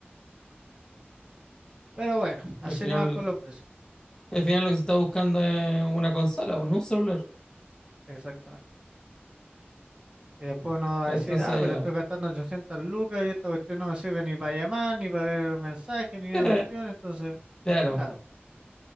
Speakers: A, on the right (about 25°); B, on the left (about 20°).
A: Pero bueno, así
B: Al final,
A: nomás con los precios,
B: al final lo que se está buscando es una consola, o no un celular.
A: exactamente. Y después uno va a
B: Entonces,
A: decir, ah, pero estoy gastando 800 lucas y esta cuestión no me sirve ni para llamar, ni para ver mensajes, ni una
B: ya.
A: cuestión, entonces,
B: <laughs> Claro.
A: claro,